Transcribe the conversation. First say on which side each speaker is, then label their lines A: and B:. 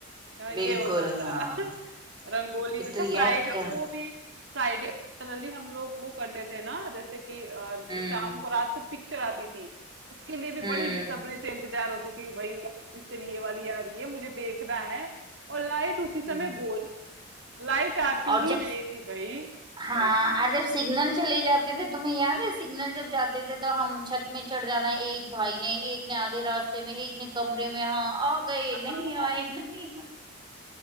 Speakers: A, on the right; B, on the right.
A: हाँ, ये
B: बिल्कुल
A: होता था
B: हाँ
A: <laughs> रंगोली
B: कि
A: अच्छा
B: तो
A: फ्राइडे
B: यार क्या
A: को भी फ्राइडे को जनरली हम लोग वो करते थे ना जैसे कि अ,
B: हम्म
A: शाम को रात को पिक्चर आती थी उसके लिए भी
B: हम्म
A: बड़ी बेसब्री से इंतजार होती थी भाई यार पिक्चर ये वाली आ रही है मुझे देखना है और लाइट उसी समय
B: हम्म
A: गोल लाइट आती
B: और जब
A: ही नहीं थी भाई
B: हाँ और जब सिग्नल चले जाते थे तुम्हें याद है सिग्नल जब जाते थे तो हम छत में चढ़ जाना एक भाई ने एक ने आधे रास्ते में एक ने कमरे में हाँ आ गए
A: हाँ।
B: नहीं आए नहीं आए